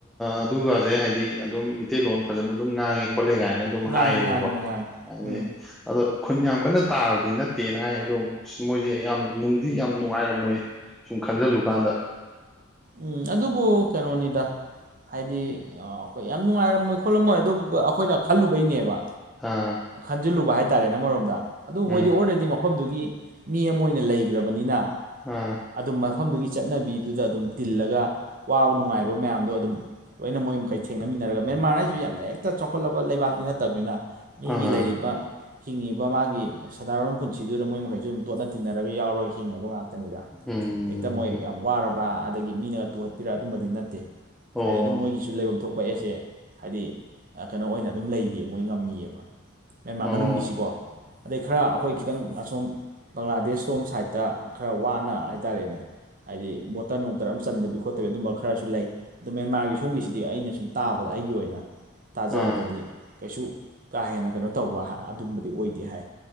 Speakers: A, in the centre; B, on the right.
A: ꯑꯗꯨꯒꯁꯦ ꯍꯥꯏꯗꯤ ꯑꯗꯨꯝ ꯃꯤꯇꯩꯇꯩꯂꯣꯟ ꯐꯖꯅ ꯑꯗꯨꯝ ꯉꯥꯡꯉꯦ ꯈꯣꯠꯂꯦ ꯀꯥꯏꯅ ꯑꯗꯨꯝ
B: ꯉꯥꯡꯉꯤ
A: ꯍꯥꯏꯌꯦꯕꯀꯣ
B: ꯉꯥꯡꯉꯤ ꯉꯥꯡꯉꯤ
A: ꯍꯥꯏꯗꯤ
B: ꯎꯝ
A: ꯑꯗꯣ ꯈꯨꯟ ꯌꯥꯝ ꯀꯟꯅ ꯇꯥꯕꯗꯤ ꯅꯠꯇꯦꯅ ꯍꯥꯏ ꯑꯗꯣ ꯑꯁ ꯃꯣꯏꯁꯦ ꯌꯥꯝ ꯅꯨꯡꯗꯤ ꯌꯥꯝ ꯅꯨꯡꯉꯥꯏꯔꯝꯃꯣꯏ ꯁꯨꯝ ꯈꯟꯖꯤꯜꯂꯨꯀꯥꯟꯗ
B: ꯎꯝ ꯑꯗꯨꯕꯨ ꯀꯩꯅꯣꯅꯤꯗ ꯍꯥꯏꯗꯤ ꯑꯩꯈꯣꯏ ꯌꯥꯝ ꯅꯨꯡꯉꯥꯏꯔꯝꯃꯣꯏ ꯈꯣꯠꯂꯝꯃꯣꯏ ꯑꯗꯨꯒ ꯑꯩꯈꯣꯏꯅ ꯈꯜꯂꯨꯕꯩꯅꯦꯕ
A: ꯑꯥ
B: ꯈꯟꯖꯤꯜꯂꯨꯕ ꯍꯥꯏꯇꯥꯥꯔꯦ ꯅ ꯑꯃꯔꯣꯝꯗ ꯑꯗꯨꯕꯨ
A: ꯎꯝ
B: ꯃꯣꯏꯗꯤ ꯑꯣꯜꯔꯦꯗꯤ ꯃꯐꯝꯗꯨꯒꯤ ꯃꯤ ꯑꯃ ꯑꯣꯏꯅ ꯂꯩꯈ꯭ꯔꯕꯅꯤꯅ
A: ꯑꯥ
B: ꯑꯗꯨꯝ ꯃꯐꯝꯗꯨꯒꯤ ꯆꯠꯅꯕꯤꯗꯨꯗ ꯑꯗꯨꯝ ꯇꯤꯜꯂꯒ ꯋꯥꯕ ꯅꯨꯡꯉꯥꯏꯕ ꯃꯌꯥꯝꯗꯣ ꯑꯗꯨꯝ ꯂꯣꯏꯅ ꯃꯣꯏ ꯃꯈꯩ ꯊꯦꯡꯅꯃꯤꯟꯅꯔꯒ ꯃꯦꯟꯃꯥꯔ ꯍꯥꯏꯁꯤꯁꯨ ꯌꯥꯝꯅ ꯍꯦꯛꯇ ꯆꯥꯎꯈꯠꯂꯕ ꯂꯩꯕꯥꯛꯇꯤ ꯅꯠꯇꯕꯅꯤꯅ ꯃꯤꯒꯤ
A: ꯑꯥ
B: ꯂꯩꯔꯤꯕ ꯍꯤꯡꯉꯤꯕ ꯃꯥꯒꯤ ꯁꯗꯥꯔꯣꯟ ꯄꯨꯟꯁꯤꯗꯨꯗ ꯃꯣꯏ ꯃꯈꯩꯁꯨ ꯑꯗꯨꯝ ꯇꯣꯠꯅ ꯇꯤꯟꯅꯔꯒ ꯌꯥꯎꯔꯏ ꯍꯤꯡꯉꯕ ꯉꯥꯛꯇꯅꯤꯗ
A: ꯎꯝ
B: ꯍꯦꯛꯇ ꯃꯣꯏ ꯌꯥꯝ ꯋꯥꯔꯕ ꯑ ꯃꯤꯅ ꯇꯨꯍꯠꯄꯤꯔ ꯑꯗꯨꯝꯕꯗꯤ ꯅꯠꯇꯦ
A: ꯑꯣ
B: ꯍꯥꯏꯗꯤ ꯑꯗꯨꯝ ꯃꯣꯏ ꯁꯨ ꯂꯩꯐꯝ ꯊꯣꯛꯄ ꯑꯦꯁꯦ ꯍꯥꯏꯗꯤ ꯀꯩꯅꯣ ꯑꯣꯏꯅ ꯑꯗꯨꯝ ꯂꯩꯔꯤꯑ ꯃꯣꯏ ꯉꯝꯃꯤꯑꯕ ꯃꯦꯟꯃꯥꯔ
A: ꯑꯣ
B: ꯃꯅꯨꯡꯒꯤꯁꯤꯀꯣ ꯑꯗꯩ ꯈꯔ ꯑꯩꯈꯣꯏ ꯈꯤꯇꯪ ꯑꯁꯣꯝ ꯕꯪꯒ꯭ꯂꯥꯗꯦꯁ ꯂꯣꯝ ꯁꯥꯏꯠꯇ ꯈꯔ ꯋꯥꯅ ꯍꯥꯏꯇꯥꯔꯦꯅꯦ ꯍꯥꯏꯗꯤ ꯕꯣꯇꯜ ꯅꯨꯡ ꯑꯣꯗꯔ ꯑꯃ ꯆꯟꯗꯕꯤ ꯈꯣꯠꯇꯕꯤ ꯑꯗꯨꯝꯕ ꯈꯔꯁꯨ ꯂꯩ ꯑꯣ ꯃꯦꯟꯃꯥꯔꯒꯤ ꯁꯣꯝꯒꯤꯁꯤꯗꯤ ꯑꯩꯅ ꯁꯨꯝ ꯇꯥꯕꯗ ꯑꯩꯒꯤ ꯑꯣꯏꯅ ꯇꯥꯖꯕꯗꯗꯤ
A: ꯑꯥ
B: ꯀꯩꯁꯨ ꯀꯥ ꯍꯦꯟꯅ ꯀꯩꯅꯣ ꯇꯧꯕ ꯑꯗꯨꯝꯕꯗꯤ ꯑꯣꯏꯗꯦ ꯍꯥꯏ